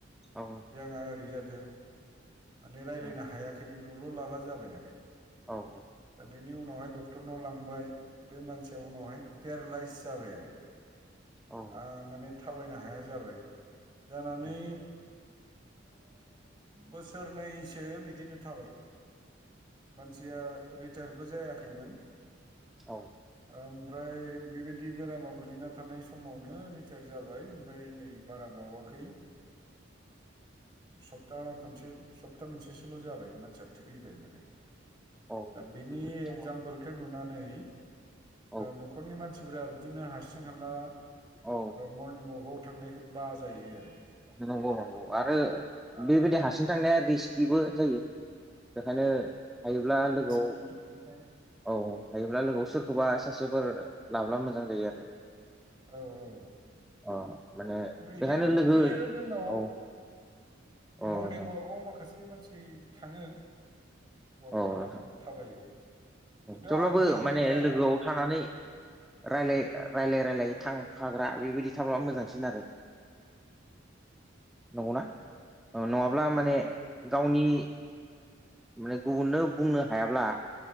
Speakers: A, in the centre; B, on the right (about 25°).
A: औ
B: जोंहा ओरै जादों माने रायज्लायनो
A: उम
B: हायाखै ल'ल' लाला जाबाय आरो
A: औ
B: दा बेनि उनावहाय डक्टरनाव लांबाय बे मानसिया उनावहाय पेरालाइस जाबाय आरो
A: औ
B: माने थाबायनो हाया जाबाय जानानै
A: उम
B: बोसोरनैसो बिदिनो थाबाय मानसिया रिटीयार‌ बो जायाखैमोन
A: औ
B: ओमफ्राय बेबायदि बेरामाव गोलैना थानाय समावनो रिटीयार जाबाय ओमफ्राय नै बारा बावाखै सप्ता खनसे सप्ता मोनसेसोल' जाबाय मानसिया थैबाय माने
A: औ
B: दा बेनि
A: बिदिनोथ'
B: एक्जामपोलखौ नुनानै
A: औ
B: न'खरनि मानसि खानसिब बिदिनो हारसिं हाला
A: औ
B: मरनिं अक आव थांनायखौ बा जायो आरो
A: नंगौ नंगौ आरो
B: ओ
A: बेबायदि हारसिं थांनाया बिबो जायो बेखायनो हायोब्ला
B: औ
A: लोगोआव
B: रिस्कि ओंखायनो
A: औ हायोब्ला लोगोआव सोरखौबा सासेफोर लाब्ला मोजां जायो आरो
B: औ औ
A: अ माने
B: बिदिनो
A: बेखायनो लोगो
B: फैयो जोंनाव
A: औ औ
B: मरनिं
A: नोंथां
B: वाकआव माखासे मानसि थाङो वाक
A: औ
B: खालामो
A: नोंथां
B: थाबायो खिन्थु
A: थेवब्लाबो
B: आं थांनाय
A: माने
B: जाया
A: लोगोआव थानानै रायलाय रायलाय थांफाग्रा बेबायदि थाब्ला मोजांसिन आरो
B: <inaudible>
A: नंगौना नङाब्ला
B: आम-
A: माने
B: ओमफ्राय
A: गावनि माने गुबुननो बुंनो हायाब्ला